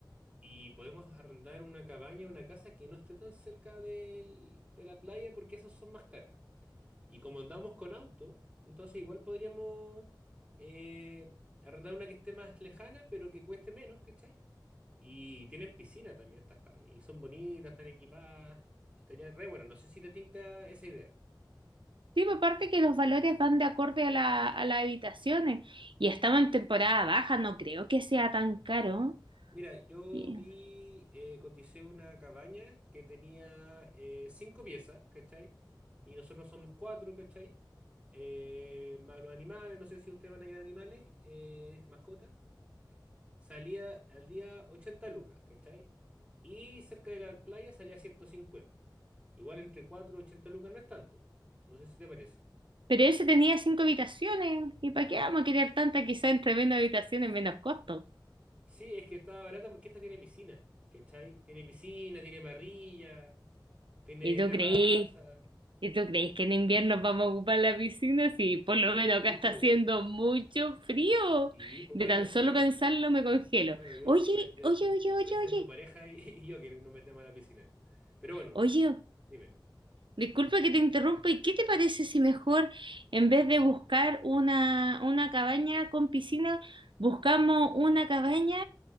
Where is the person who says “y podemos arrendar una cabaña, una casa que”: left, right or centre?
Right